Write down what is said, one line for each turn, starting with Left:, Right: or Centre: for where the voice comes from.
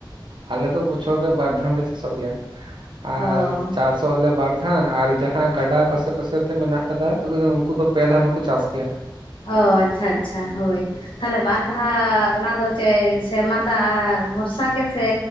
Right: ᱟᱞᱮ ᱫᱚ ᱵᱚᱪᱷᱚᱨ ᱨᱮ ᱵᱟᱨ ᱫᱷᱟᱣ ᱞᱮ ᱪᱟᱥᱚᱜ ᱜᱮᱭᱟ ᱟᱨ
Left: ᱚ
Right: ᱪᱟᱥ ᱟᱞᱮ ᱵᱟᱨᱫᱷᱟᱱ ᱟᱨ ᱡᱟᱦᱟᱸ ᱜᱟᱰᱟ ᱯᱟᱥᱮ ᱯᱟᱥᱮ ᱛᱮ ᱢᱮᱱᱟᱜ ᱟᱠᱟᱫᱟ ᱩᱱᱠᱩ ᱫᱚ ᱯᱮ ᱫᱷᱟᱱ ᱦᱚᱸᱠᱚ ᱪᱟᱥ ᱜᱮᱭᱟ ᱾
Left: ᱚ ᱟᱪᱪᱷᱟ ᱟᱪᱪᱷᱟ ᱦᱳᱭ ᱛᱟᱦᱚᱞᱮ ᱵᱟᱨᱫᱷᱟ ᱚᱱᱟᱫᱚ ᱪᱮᱫ ᱥᱮᱨᱢᱟ ᱫᱟᱜ ᱵᱷᱚᱨᱥᱟ ᱜᱮᱥᱮ